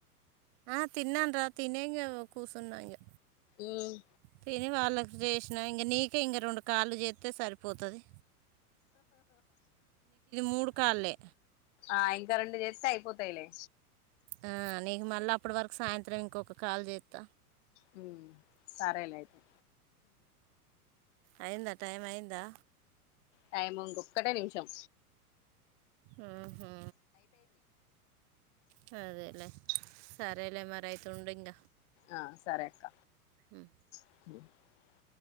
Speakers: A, on the right; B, on the left.
A: ఆ తిన్నాన్రా తినే ఇంగ కూసున్న ఇంగ
B: ఉమ్
A: తెనివార్లేదు జేస్న ఇంగ నీకే ఇంగ రొండు కాళ్ళు జేత్తే సరిపోతది మూడు కాళ్ళే
B: ఆయ్ ఇంక రెండు చేస్తే అయ్పోతాయిలే
A: ఆ నీక్ మళ్ల అప్పటి వరకు సాయంత్రం ఇంకొక కాల్ జేత్త
B: హ్మ్ సరేలే అయితె
A: అయ్యింద టైమ్ అయ్యిందా
B: టైము ఇంకొక్కటే నిమిషాం
A: ఊహు సరేలే సరేలే మరి అయితె ఉండు ఇంగ
B: ఆ సరే అక్క
A: హ్మ్
B: <inaudible>